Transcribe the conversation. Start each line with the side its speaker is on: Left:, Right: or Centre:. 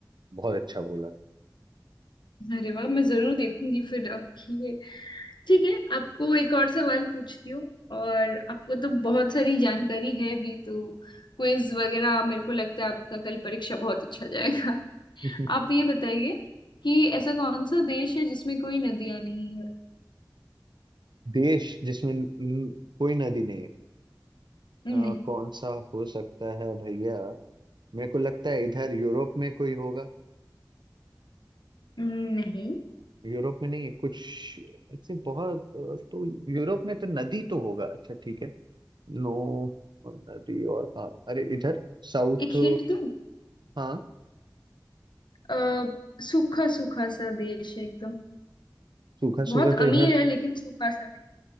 Right: बहुत अच्छा बोला
Left: अरे वाह मैं जरूर देखूंगी फिर आपकी ये ठीक है आपको एक और सवाल पूछती हूँ और आपको तो बहुत सारी जानकारी है भी तो क्विज वगैरह मेरे को लगता है आपका कल परीक्षा बहुत अच्छा जाएगा
Right: <laughs>
Left: आप ये बताइए कि ऐसा कौन सा देश है जिसमें कोई नदियां नहीं है
Right: देश जिसमें न- न- कोई नदी नहीं है
Left: नहीं
Right: अ, कौन सा हो सकता है भैया मेरे को लगता है इधर यूरोप में कोई होगा
Left: नहीं
Right: यूरोप में नहीं है कुछ ऐसे बहुत अ, तो यूरोप में तो नदी तो होगा अच्छा ठीक है नो नदी और कहाँ अरे इधर साउथ
Left: एक हिंट दूँ
Right: हाँ
Left: अ, सूखा सूखा सा देश है एकदम
Right: सूखा
Left: बहुत
Right: सूखा तो
Left: अमीर
Right: इधर
Left: है लेकिन सूखा सा नहीं